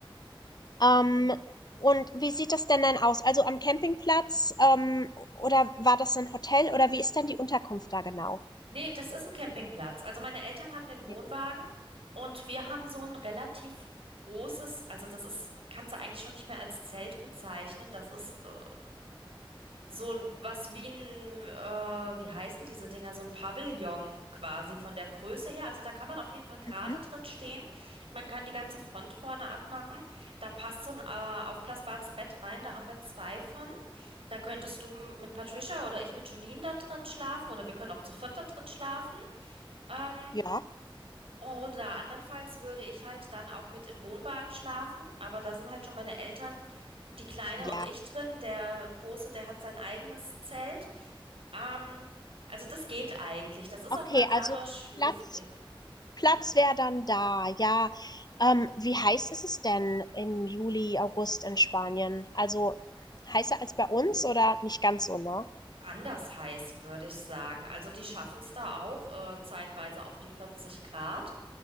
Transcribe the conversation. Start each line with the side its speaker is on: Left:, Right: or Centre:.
Left: Ähm, und wie sieht das denn dann aus? Also am Campingplatz, ähm, oder war das ein Hotel oder wie ist denn die Unterkunft da genau?
Right: Nee, das ist ein Campingplatz. Also meine Eltern haben den Wohnwagen
Left: Okay.
Right: und wir haben so ein relativ großes, also das ist, kannst du eigentlich schon nicht mehr als Zelt bezeichnen. Das ist äh, so was wie ein, äh, wie heißen diese Dinger, so ein Pavillon quasi von der Größe her. Also da kann man auf jeden Fall gerade
Left: Mhm.
Right: drin stehen. Man kann die ganze Front vorne abmachen. Da passt so ein äh, aufblasbares Bett rein. Da haben wir zwei von. Da könntest du mit Patricia oder ich mit Julien dann drin schlafen oder wir können auch zu viert da drin schlafen. Ähm,
Left: Ja,
Right: oder andernfalls würde ich halt dann auch mit im Wohnwagen schlafen, aber da sind halt schon meine Eltern, die Kleine
Left: ja.
Right: und ich drin. Der Große, der hat sein eigenes Zelt. Ähm, also das geht eigentlich. Das ist
Left: Okay,
Right: auch dann dadurch
Left: also
Right: luftig.
Left: Platz Platz wäre dann da, ja. Ähm, wie heiß ist es denn im Juli, August in Spanien? Also heißer als bei uns oder nicht ganz so, ne?
Right: anders heiß, würde ich sagen. Also die schaffen es da auch äh, zeitweise auf die 40 Grad.